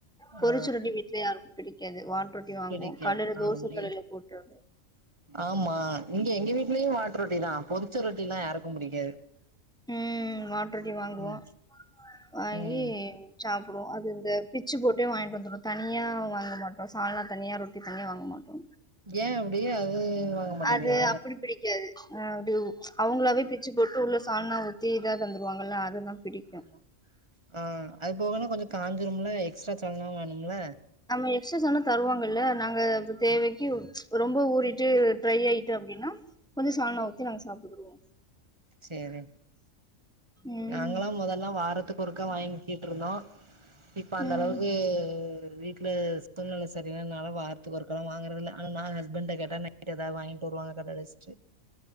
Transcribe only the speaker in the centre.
பொரிச்சு
ரொட்டி எல்லாருக்கு பிடிக்காது வாட் ரொட்டி வாங்குவோ.
கல்ல
தோசை கல்ல போட்டுறது
ம் மாட்டு ரொட்டி வாங்குவோ
வாங்கி
சாப்டுவோ அது இந்த பிச்சு போட்டே வாங்கிட்டு வந்துடுவோ தனியா வாங்க மாட் சால்னா தனியா ரொட்டி தனியா வாங்க மாட்டோ
அது அப்டிப்பிடி க்காது அது அவங்களாவே பிச்சு போட்டு உள்ள சால்னா ஊத்தி இதா தந்துருவாங்கல்ல அதுதா பிடி
ஆமா எக்ஸ்ட்ரா சால்னா தருவாங்கல்ல நாங்க தேவைக்கு
ரொம்ப ஊறிட்டு ட்ரை ஆயிட்டு அப்டின்னா கொஞ்ச சால்னா ஊத்தி நாங்க சாப்டுகிருவோ
ம்
ம்